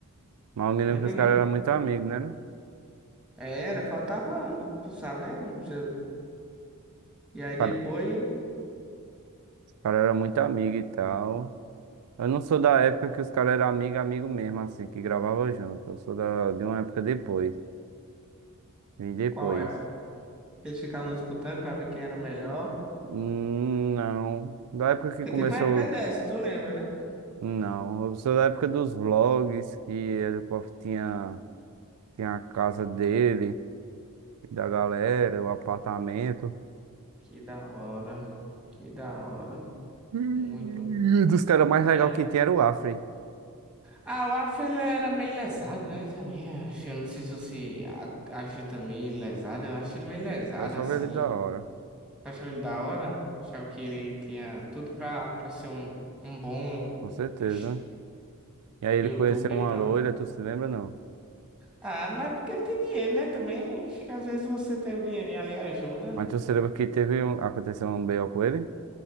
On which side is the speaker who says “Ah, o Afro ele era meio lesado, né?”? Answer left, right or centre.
Centre